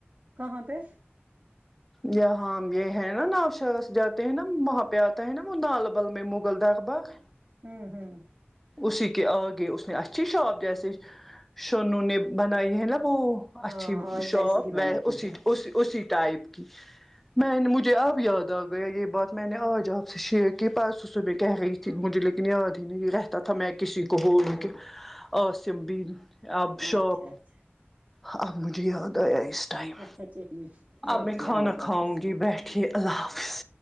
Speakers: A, on the right (about 45°); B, in the centre.
A: کہاں پہ
B: یہ ہاں یہ ہے نہ <unintelligible> وہاں پے آتا ہے نا وہ نالبل میں مغل دغ بغ
A: ہوں ہوں
B: اسی کے آگے اس نے اچھی شاپ جیسے شونو نے بنائی ہے نا وہ
A: ہاں
B: اچھی
A: آج
B: شاپ
A: ویسے ہی بناتے
B: وے اسی
A: ہیں
B: اسی اسی ٹائپ کی میں نے مجھے اب یاد آ گیا یہ بات میں نے آج آپ سے شیئر کی پرسوں صبح کہہ رہی تھی مجھے لیکن یاد ہی نہیں یہ رہتے تا تھا میں کسی کو بول دوں کہ عاصم بھی اب شاپ
A: اچھا اچھا
B: ہا اب مجھے یاد آیا اس ٹائم
A: اچھا چلیے بیٹھیے
B: اب میں کھانا
A: اللہ
B: کھاؤں
A: حافظ
B: گی بیٹھیے اللہ حافظ